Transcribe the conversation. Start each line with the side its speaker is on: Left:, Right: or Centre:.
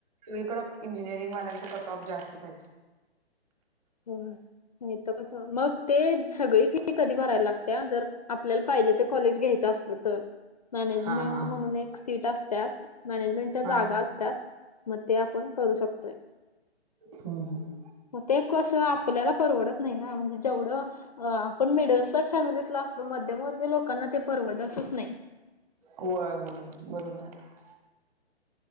Right: इकडं इंजिनिअरिंगल्यां कट ऑफ जास्तच आहे आहेत.
Left: हो नाही त कस मग तेच. सगळी फी कधी भरायला लाग त्या जर आपल्याला पाहिजे ते कॉलेज घ्यायचं असलं तर. मॅनेजमेंट
Right: हा हा
Left: म्हणून एक सीट असतात मॅनेजमेंटच्या जागा
Right: हा
Left: अस त्यात. मग ते आपण करू शकतोय.
Right: हम हम.
Left: हो ते कसं आपल्याला परवडत नाही ना म्हणजे जेवढं आपण मिडल क्लास फॅमिली क्लास. मध्यवर्गी लोकांना ते परवडत असच नाही.
Right: वय वय बरोबर आये.